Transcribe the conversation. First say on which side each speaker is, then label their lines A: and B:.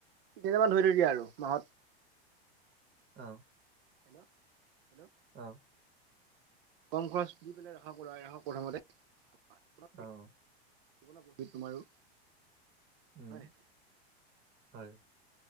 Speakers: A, on the right; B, on the right.
A: তি মান ধৰি ধৰি দিয়া আৰু মাহত
B: অ।
A: হেল্ল' হেল্ল'
B: অ।
A: কম খৰচ দি পেলাই ৰাখক ওলাই ৰাখক প্ৰথমতে।
B: অঁ।
A: প্ৰহিত তোমাৰো।
B: উম
A: হয় নাই
B: হয়।